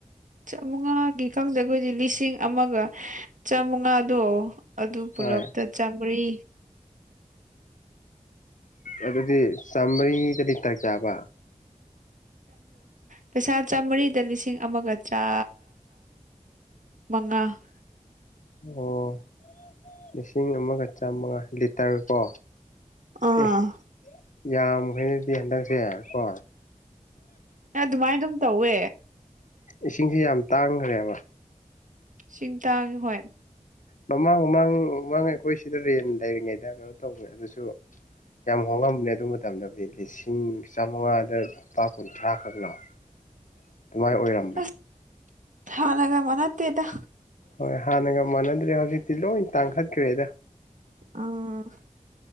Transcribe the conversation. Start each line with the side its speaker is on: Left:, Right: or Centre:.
Right: ꯆꯥꯃꯉꯥꯒꯤ ꯈꯪꯗ ꯑꯩꯈꯣꯏꯗꯤ ꯂꯤꯁꯤꯡ ꯑꯃꯒ ꯆꯥꯃꯉꯥꯗꯣ ꯑꯗꯨ ꯄꯨꯂꯞꯇ
Left: ꯍꯣꯏ
Right: ꯆꯥꯃꯔꯤ
Left: ꯑꯗꯨꯗꯤ ꯆꯥꯝꯃꯔꯤꯗ ꯂꯤꯇ ꯀꯌꯥꯕ
Right: ꯄꯩꯁꯥ ꯆꯥꯝꯃꯔꯤꯗ ꯂꯤꯁꯤꯡ ꯑꯃꯒ ꯆꯥ ꯃꯉꯥ
Left: ꯑꯣ ꯂꯤꯁꯤꯡ ꯑꯃꯒ ꯆꯥꯝꯃꯒ ꯂꯤꯇꯔ ꯀꯣ
Right: ꯑꯥ
Left: ꯑꯦ ꯌꯥꯝꯈ꯭ꯔꯦꯅꯦ ꯍꯟꯗꯛꯁꯦ ꯀꯣ
Right: ꯑꯗꯨꯃꯥꯏꯅꯗꯨꯝ ꯇꯧ ꯂꯩꯌꯦ
Left: ꯏꯁꯤꯡꯁꯤ ꯌꯥꯝ ꯇꯥꯡꯈ꯭ꯔꯦꯕ
Right: ꯁꯤꯡꯇꯥꯒꯤ ꯍꯣꯏ
Left: ꯃꯃꯥꯡ ꯃꯃꯥꯡ ꯃꯃꯥꯡ ꯑꯩꯈꯣꯏ ꯁꯤꯗ ꯔꯦꯟ ꯂꯩꯔꯤꯉꯩꯗ ꯀꯩꯅꯣ ꯇꯧꯋꯦ ꯑꯗꯨꯁꯨ ꯌꯥꯝ ꯍꯣꯡꯉꯝꯕꯅꯦ ꯑꯗꯨ ꯃꯇꯝꯗꯕꯨꯗꯤ ꯂꯤꯁꯤꯡ ꯆꯥꯃꯉꯥꯗ ꯂꯨꯄꯥ ꯀꯨꯟꯊ꯭ꯔꯥ ꯈꯛꯅ ꯑꯗꯨꯃꯥꯏꯅ ꯑꯣꯏꯔ
Right: ꯑꯁ ꯊꯅꯒ ꯃꯅꯥꯠꯇꯦꯗ
Left: ꯍꯣꯏ ꯍꯥꯟꯅꯒ ꯃꯥꯟꯅꯗ꯭ꯔꯦ ꯍꯧꯖꯤꯛꯇꯤ ꯂꯣꯏ ꯇꯥꯡꯈꯠꯈ꯭ꯔꯦꯗ
Right: ꯑꯥ